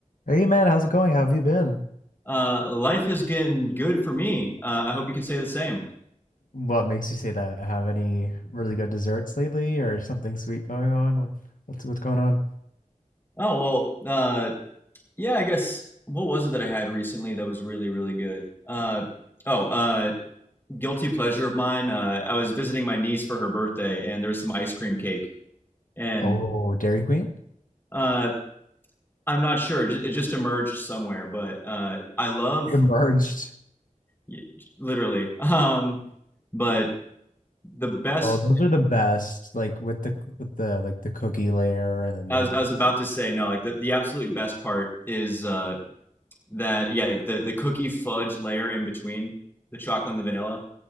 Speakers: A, on the left; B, on the left.
A: Hey man, how's it going? How have you been?
B: uh, life has gotten good for me. Uh, I hope you can say the same.
A: What makes you say that? Have any really good desserts lately or something sweet going on? What, what's what's going on?
B: Oh well, uh, yeah. I guess what was it that I had recently that was really really good? Uh, oh, uh, guilty pleasure of mine. Uh, I was visiting my niece for her birthday, and there was some ice cream cake, and
A: Oh, Dairy Queen?
B: uh, I'm not sure. ju- It just emerged somewhere, but uh, I love
A: Emerged.
B: y- literally. <laughs> Um, but the best.
A: Oh, those are the best. Like with the with the like the cookie layer and then
B: I
A: the
B: was, I was about to say no. Like the, the absolute best part is uh, that yeah like the the cookie fudge layer in between the chocolate and the vanilla.